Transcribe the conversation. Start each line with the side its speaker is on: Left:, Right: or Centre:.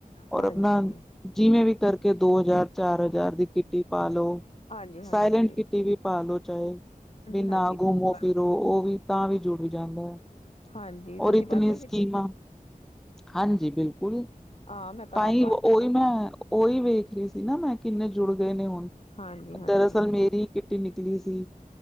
Left: ਹਾਂਜੀ
Centre: ਔਰ ਆਪਣਾ ਜਿਵੇਂ ਵੀ ਕਰਕੇ ਦੋ ਹਜ਼ਾਰ, ਚਾਰ ਹਜ਼ਾਰ ਦੀ ਕਿੱਟੀ ਪਾ ਲੋ
Left: ਹਾਂਜੀ ਹਾਂਜੀ
Centre: ਸਾਇਲੈਂਟ, ਕਿੱਟੀ ਵੀ ਪਾਲੋ ਚਾਏ, ਵੀ ਨਾ
Left: ਹਾਂਜੀ ਹਾਂਜੀ
Centre: ਗੁਮੋ ਫਿਰੋ ਉਹ ਵੀ ਤਾਂ ਵੀ ਜੁੜ ਜਾਂਦਾ ਏ।
Left: ਹਾਂਜੀ
Centre: ਔਰ
Left: ਤੁਸੀਂ
Centre: ਇਤਨੀ
Left: ਪਾਉਂਦੇ ਹੋ
Centre: ਸਕੀਮਾਂ,
Left: ਮਿੱਟੀ
Centre: ਹਾਂਜੀ ਬਿਲਕੁਲ।
Left: ਹਾਂ ਮੈਂ ਤਾਂ
Centre: ਤਾਂਈ
Left: ਆਪ ਪਾਉਂਦੀ
Centre: ਓ, ਉਈ,
Left: ਹਾਂ
Centre: ਮੈਂ ਓ, ਉਈ ਵੇਖ ਰੀ ਸੀ ਨਾ, ਮੈਂ ਕ ਕਿੰਨੇ ਜੁੜਗੇ ਨੇ ਹੁਨ।
Left: ਹਾਂਜੀ ਹਾਂਜੀ
Centre: ਦਰਅਸਲ, ਮੇਰੀ ਕਿੱਟੀ ਨਿਕਲੀ ਸੀ